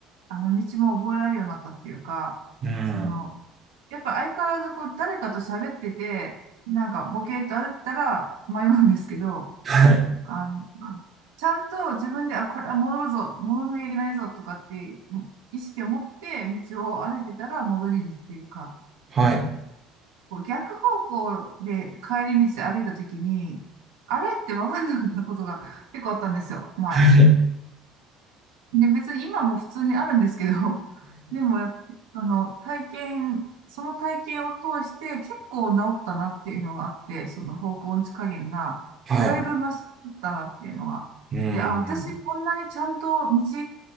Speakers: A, on the right; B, on the right.
A: あの、道も覚えられるようになったっていうか、
B: うん、
A: その、やっぱ相変わらずこう、誰かと喋ってて、なんか、ボケーっと歩いてたら迷うんですけど、
B: はい、
A: あの、ちゃんと自分で、あ、これは戻るぞ、戻んなきゃいけないぞとかっていう意識を持って道を歩いてたら戻れるっていうか、
B: はい、
A: こう逆方向で帰り道で歩いた時に、あれって分かんなくなることが結構あったんですよ、前。
B: はい、
A: で、別に今も普通にあるんですけど、<laughs> でもやっぱ、あの、体験、その体験を通して結構治ったなっていうのがあって、その方向音痴加減が、
B: はい。
A: だいぶマシだったなっていうのが。
B: うん、
A: で、あ、私こんなにちゃんと道